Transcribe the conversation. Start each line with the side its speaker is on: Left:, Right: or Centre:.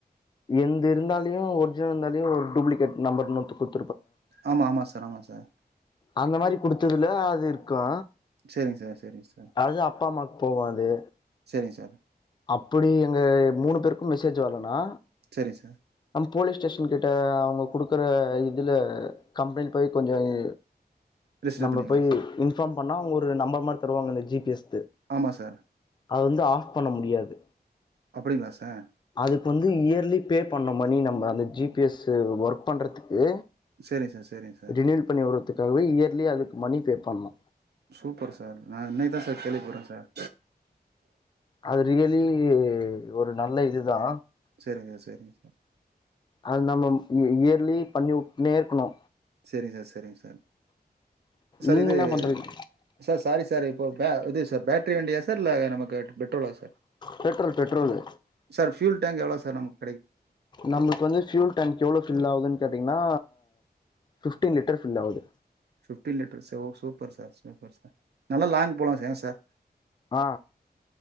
Left: எந்து இருந்தாலியு ஒரிஜினல் இருந்தாலியு ஒரு டூப்ளிகேட் நம்பர்னு குடுத்து
Right: ஆமா ஆமா சார் ஆமா சார்
Left: அந்த மாரி குடுத்ததுல அது இருக்கு
Right: சேரிங்க சார் சேரிங்க சார்
Left: அது அப்பா அம்மாக் போவாது
Right: சேரிங்க சார்
Left: அப்டி எங்க மூணு பேருக்கும் மெசேஜ் வரலண்ணா
Right: சரிங் சார்
Left: போலீஸ் ஸ்டேஷன் கிட்ட அவுங்க குடுக்குற இதுல கம்ளெய்ன் போய் கொஞ்சம் இ
Right: ரிஜிஸ்டர்
Left: நம்ம
Right: பண்ணிக்கலாம்
Left: போய்
Right: சார்
Left: இன்ஃபாம் பண்ணா அவங்க ஒரு நம்பர் மாரி தருவாங்கல்ல ஜி பி எஸ்
Right: ஆமா சார்
Left: அது வந்து ஆஃப் பண்ண முடியாது
Right: அப்டிங்களா சார்
Left: அதுக்கு வந்து இயர்லி பே பண்ணு மணி நம்ம அந்த இத் ஜி பி எஸ் ஒர்க் பண்றதுக்கு
Right: சேரிங்க சார் சேரிங்க சார்
Left: ரினியூல் பண்ணி உருறதுக்காகவே இயர்லி அது மணி பே பண்ணு
Right: சூப்பர் சார் நா இன்னைதா சார் கேள்விபட்றே சார்
Left: அது ரியலி ஒரு நல்ல இதுதா
Right: சேரிங்க சார் சேரிங்க சார்
Left: அது நம்ம இ இயர்லி பண்ணிவுட்னே இருக்கணு
Right: சரிங் சார் சா சரி சார் சார்
Left: நீங்க
Right: இது
Left: என்ன பண்றீங்க
Right: சார் சாரி சார் இப்போ அ இது சார் பேட்ரி வண்டியா சார் இல்ல நமக்கு பெட்ரோலா sir
Left: petrol petrol
Right: sir fuel tank எவ்வளோ சார் நமக்
Left: நம்மளுக்கு வந்து ஃபுயூல் டேங்க் எவ்ளோ ஃபில் ஆகுதுன் கேட்டீங்கன்னா ஃபிஃப்டீன் லிட்டர் ஃபில் ஆகுது
Right: பிப்டி லிட்டர் ச ஓ சூப்பர் சார் சூப்பர் சார் நல்ல லாங் போலா சங்க சார்
Left: ஆ